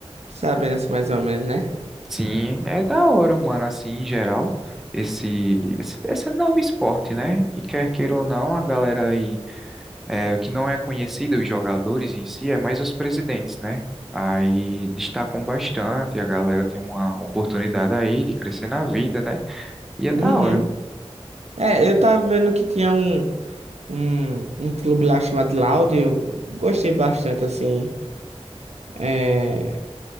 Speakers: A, on the right (about 75°); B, in the centre.
A: sabendo assim, mais ou menos, né?
B: Sim, é da hora, mano, assim, em geral, esse, esse, esse novo esporte, né? E quer queira ou não, a galera aí É, o que não é conhecido, os jogadores em si, é mais os presidentes, né? Aí destacam bastante, a galera tem uma oportunidade aí de crescer na vida, né? E é
A: Uhum.
B: da hora.
A: É, eu tava vendo que tinha um, um, um clube lá chamado Loud, eu gostei bastante, assim, é,